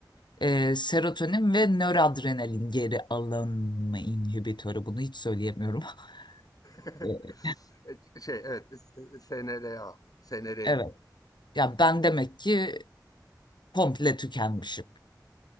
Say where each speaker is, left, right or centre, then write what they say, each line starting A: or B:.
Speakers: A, on the left (about 85°); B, on the left (about 55°).
A: e, serotonin ve nöradrenalin geri alınma inhibitörü. Bunu hiç söyleyemiyorum. <laughs>
B: <laughs>
A: E,
B: E, Şey evet e, e, SNRA, SNRI.
A: Evet. Ya ben demek ki komple tükenmişim.